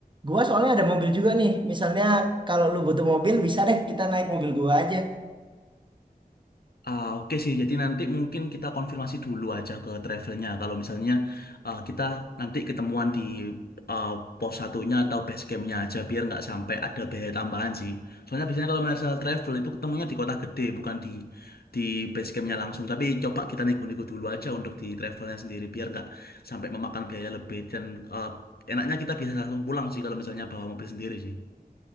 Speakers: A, on the right; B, on the left.
A: Gua soalnya ada mobil juga nih. Misalnya kalau lu butuh mobil, bisa deh kita naik mobil gua aja.
B: Ah, oke sih, jadi nanti mungkin kita konfirmasi dulu aja ke travelnya. Kalau misalnya ah, kita nanti ketemuan di ah, pos satunya atau base campnya aja, biar nggak sampai ada biaya tambahan sih. Soalnya biasanya kalau masalah travel itu ketemunya di kota gede, bukan di di base campnya langsung. Tapi coba kita nego-nego dulu aja untuk di travelnya sendiri, biar nggak sampai memakan biaya lebih. Dan ah, enaknya kita bisa langsung pulang sih kalau misalnya bawa mobil sendiri sih.